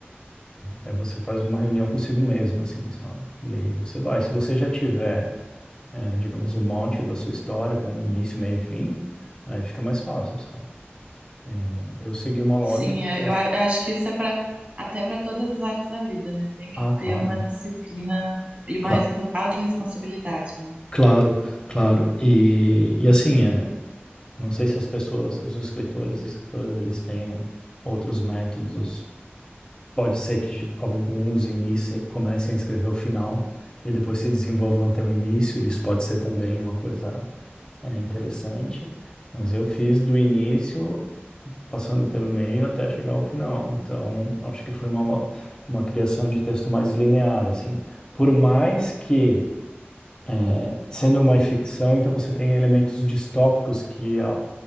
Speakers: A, on the left; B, on the right.
A: é, é, você faz uma reunião consigo mesmo, assim, sabe? E aí você vai. Se você já tiver é, digamos, o monte da sua história, com início, meio e fim, aí fica mais fácil, sabe? É, eu segui uma lógica
B: Sim, é,
A: eu-
B: eu, a- eu acho que isso é para até para todas as áreas da vida, né? Tem que
A: Ah, claro.
B: ter uma disciplina e uma
A: cla-
B: respo- autorresponsabilidade, né?
A: Claro, claro. E, e assim, é, não sei se as pessoas, os escritores e escritoras, eles têm outros métodos. Pode ser que alguns iniciem, comecem a escrever o final e depois se desenvolvam até o início. Isso pode ser também uma coisa É interessante. Mas eu fiz do início, passando pelo meio até chegar ao final. Então, acho que foi uma, lo- uma criação de texto mais linear, assim. Por mais que, é, sendo uma ficção, então você tem elementos distópicos que, a-